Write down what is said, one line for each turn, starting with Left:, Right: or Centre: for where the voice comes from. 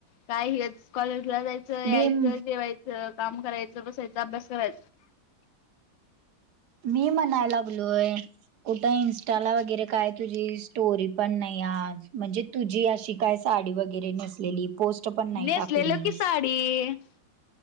Left: काय हेच कॉलेज ला जायचं यायचं
Right: मी
Left: जेवाय चं काम करायचं, बसायचं, अभ्यास कराय
Right: मी म्हणाय लागलोय! कुठ इंस्टाला वगैरे काय तुझी स्टोरी पण नाही आज म्हणजे. तुझी अशी काय साडी वगैरे नेसलेली पोस्ट पण नाही
Left: नेसलेलो
Right: टाकलीस.
Left: <unintelligible>